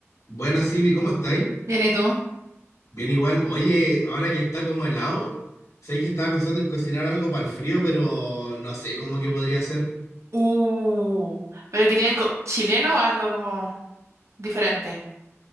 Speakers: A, on the left (about 85°); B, on the right (about 70°).
A: Buenas Silvi, ¿cómo estáis?
B: Bien, ¿y tú?
A: Bien igual. Oye, ahora que está como helado, sabéis que estaba pensando en cocinar algo para el frío, pero no sé cómo que podría ser.
B: Uh, pero quería algo chileno o algo como diferente.